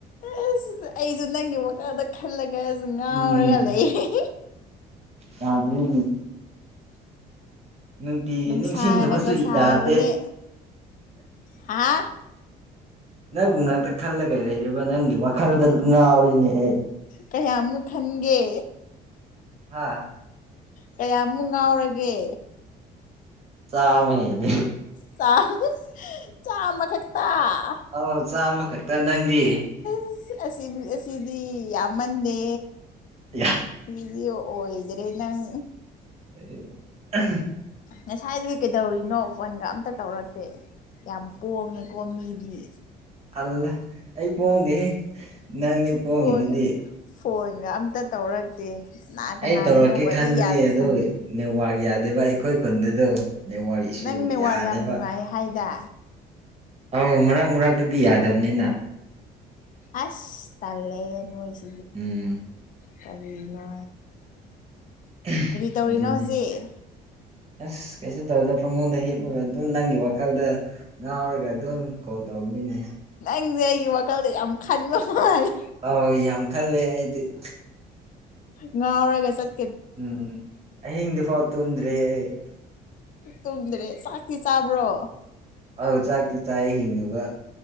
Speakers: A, on the left; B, on the right.
A: ꯑꯁ ꯑꯩꯁꯨ ꯅꯪꯒꯤ ꯋꯥꯈꯜꯗ ꯈꯜꯂꯒꯁꯨ ꯉꯥꯎꯔꯒ
B: ꯎꯝ
A: ꯂꯩ
B: ꯌꯥꯗ꯭ꯔꯦꯅꯦ <inaudible> ꯅꯨꯡꯇꯤꯒꯤ
A: ꯅꯨꯡꯁꯥꯅꯒ
B: ꯅꯤꯡꯁꯤꯡꯗꯕꯁꯨ
A: ꯁꯥꯕꯅꯦ
B: ꯌꯥꯗꯦ
A: ꯍꯥ
B: ꯅꯪꯕꯨ ꯉꯥꯛꯇ ꯈꯜꯂꯒ ꯂꯩꯔꯤꯕ ꯅꯪꯒꯤ ꯋꯥꯈꯜꯗ ꯉꯥꯎꯔꯤꯅꯦ ꯑꯩ
A: ꯀꯌꯥꯃꯨꯛ ꯈꯟꯒꯦ
B: ꯍꯥꯥ
A: ꯀꯌꯥꯃꯨꯛ ꯉꯥꯎꯔꯒꯦ
B: ꯆꯥꯝꯃꯍꯦꯜꯂꯦ
A: ꯆꯥ ꯍꯥꯍꯥ ꯆꯥꯝꯃꯈꯛꯇ
B: ꯑꯥꯎ ꯆꯥꯝꯃ ꯈꯛꯇ ꯅꯪꯗꯤ
A: ꯑꯁ ꯑꯁꯤ ꯑꯁꯤꯗꯤ ꯌꯥꯝꯃꯟꯗꯦ
B: ꯌꯥ
A: <unintelligible> ꯑꯣꯏꯗ꯭ꯔꯦ ꯅꯪ
B: ꯑꯦ <unintelligible>
A: ꯉꯁꯥꯏꯗꯒꯤ ꯀꯩꯗꯧꯔꯤꯅꯣ ꯐꯣꯟꯒ ꯑꯝꯇ ꯇꯧꯔꯛꯇꯦ ꯌꯥꯝ ꯄꯣꯡꯉꯦꯀꯣ ꯃꯤꯗꯤ
B: ꯑꯜꯂꯦ ꯑꯩ ꯄꯣꯡꯗꯦꯍꯦ ꯅꯪꯅꯦ ꯄꯣꯡꯉꯤꯗꯨꯗꯤ
A: ꯄꯣꯡꯉꯦ ꯐꯣꯟꯒ ꯑꯝꯇ ꯇꯧꯔꯛꯇꯦ ꯀꯅꯥ ꯀꯅꯥꯗꯅꯣ
B: ꯑꯩ ꯇꯧꯔꯛꯀꯦ
A: ꯋꯥꯔꯤ
B: ꯈꯟꯕꯅꯦ
A: ꯌꯥꯝꯅ
B: ꯑꯗꯣ
A: ꯁꯥꯟꯅꯩ
B: ꯅꯦꯠꯋꯥ꯭ꯔꯛ ꯌꯥꯗꯦꯕ ꯑꯩꯈꯣꯏ ꯈꯨꯟꯗꯗꯣ ꯅꯦꯠꯋꯥ꯭ꯔꯛ ꯏꯁꯨ
A: ꯅꯪ ꯅꯦꯋꯥꯛ
B: ꯌꯥꯗꯦꯕ
A: ꯌꯥꯝ ꯅꯨꯡꯉꯥꯏ ꯍꯥꯏꯗ
B: ꯑꯧ ꯃꯔꯛ ꯃꯔꯛꯇꯗꯤ ꯌꯥꯗꯕꯅꯤꯅ
A: ꯑꯁ ꯇꯜꯂꯦꯍꯦ ꯅꯣꯏꯁꯦ
B: ꯎꯝ
A: ꯀꯔꯤꯅꯣ
B: <unintelligible>
A: ꯀꯔꯤ ꯇꯧꯔꯤꯅꯣ
B: ꯑꯗꯨꯅꯦ
A: ꯍꯧꯖꯤꯛ
B: ꯑꯁ ꯀꯩꯁꯨ ꯇꯧꯗ ꯐꯃꯨꯡꯗ ꯍꯤꯞꯄꯒ ꯗꯨꯝ ꯅꯪꯒꯤ ꯋꯥꯈꯜꯗ ꯉꯥꯎꯔꯒ ꯑꯗꯨꯝ ꯀꯣꯜ ꯇꯧꯕꯅꯤꯅꯦ
A: ꯅꯪꯗꯤ ꯑꯩꯒꯤ ꯋꯥꯈꯜꯗ ꯌꯥꯝ ꯈꯟꯕ ꯃꯥꯜꯂꯤ
B: ꯑꯥꯎ ꯌꯥꯝ ꯈꯜꯂꯦ ꯑꯩꯗꯤ <unintelligible>
A: ꯉꯥꯎꯔꯒ ꯆꯠ
B: ꯎꯝ ꯑꯍꯤꯡꯗ ꯐꯥꯎ ꯇꯨꯝꯗ꯭ꯔꯦ ꯑꯩ
A: ꯇꯨꯝꯗ꯭ꯔꯦ ꯆꯥꯛꯇꯤ ꯆꯥꯕ꯭ꯔꯣ
B: ꯑꯥꯎ ꯆꯥꯛꯇꯤ ꯆꯥꯏꯌꯦ ꯍꯤꯡꯅꯕꯥ